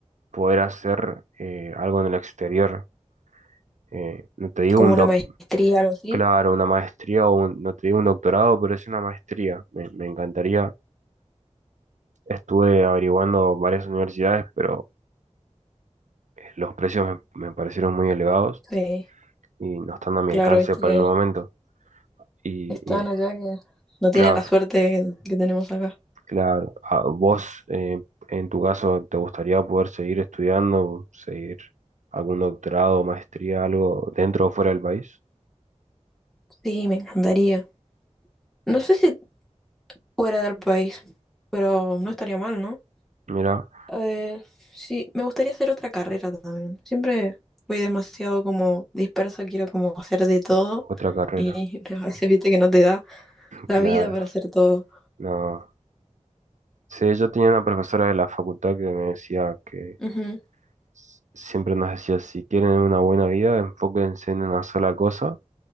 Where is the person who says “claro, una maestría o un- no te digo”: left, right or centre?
Right